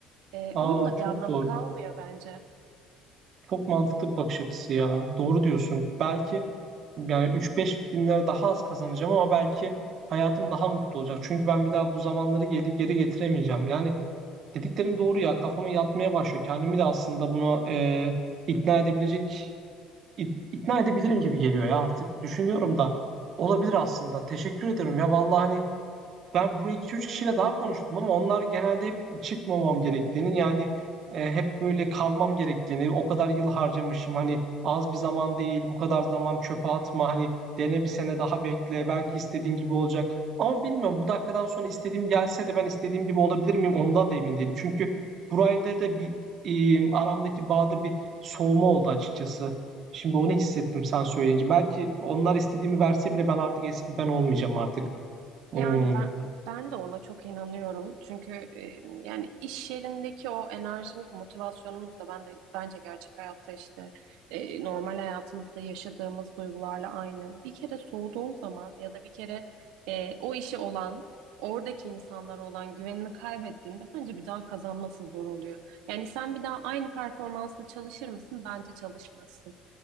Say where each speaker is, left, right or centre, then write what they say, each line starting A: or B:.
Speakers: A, on the right (about 80°); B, on the right (about 45°).
A: e,
B: Aa
A: onun da bir
B: çok
A: anlamı
B: doğru.
A: kalmıyor bence.
B: Çok mantıklı bir bakış açısı ya. Doğru diyorsun. Belki yani 3-5 bin lira daha az kazanacağım ama belki hayatım daha mutlu olacak. Çünkü ben bir daha bu zamanları geri geri getiremeyeceğim. Yani Dediklerin doğru ya kafama yatmaya başlıyor. Kendimi de aslında buna e, ikna edebilecek ik- ikna edebilirim gibi geliyor ya artık. Düşünüyorum da olabilir aslında. Teşekkür ederim ya vallahi hani ben bunu iki üç kişiyle daha konuştum ama onlar genelde hep çıkmamam gerektiğini yani e, hep böyle kalmam gerektiğini o kadar yıl harcamışım hani az bir zaman değil bu kadar zaman çöpe atma hani dene bir sene daha bekle belki istediğin gibi olacak. Ama bilmiyorum bu dakikadan sonra istediğim gelse de ben istediğim gibi olabilir miyim ondan da emin değilim. Çünkü burayla da bir e, aramdaki bağda bir soğuma oldu açıkçası. Şimdi onu hissettim sen söyleyince. Belki onlar istediğimi verse bile ben artık eski ben olmayacağım artık. Hmm.
A: Yani ben ben de ona çok inanıyorum. Çünkü e, yani iş yerindeki o enerjimiz, motivasyonumuz da ben de bence gerçek hayatta işte e, normal hayatımızda yaşadığımız duygularla aynı. Bir kere soğuduğun zaman ya da bir kere e, o işe olan, oradaki insanlara olan güvenini kaybettiğinde bence bir daha kazanması zor oluyor. Yani sen bir daha aynı performansla çalışır mısın? Bence çalışmazsın.